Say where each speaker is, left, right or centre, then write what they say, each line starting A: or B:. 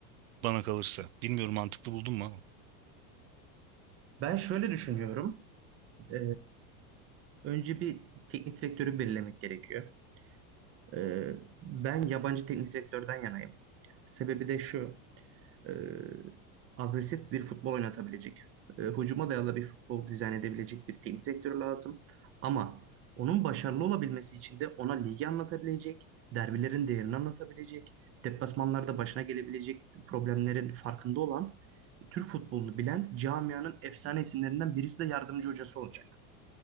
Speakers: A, on the right (about 85°); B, on the right (about 30°).
A: bana kalırsa. Bilmiyorum mantıklı buldun mu ama.
B: Ben şöyle düşünüyorum. E, önce bir teknik direktörü belirlemek gerekiyor. E, ben yabancı teknik direktörden yanayım. Sebebi de şu. e, agresif bir futbol oynatabilecek, e, hücuma dayalı bir futbol dizayn edebilecek bir teknik direktör lazım. Ama onun başarılı olabilmesi için de ona ligi anlatabilecek, derbilerin değerini anlatabilecek, deplasmanlarda başına gelebilecek problemlerin farkında olan, Türk futbolunu bilen camianın efsane isimlerinden birisi de yardımcı hocası olacak.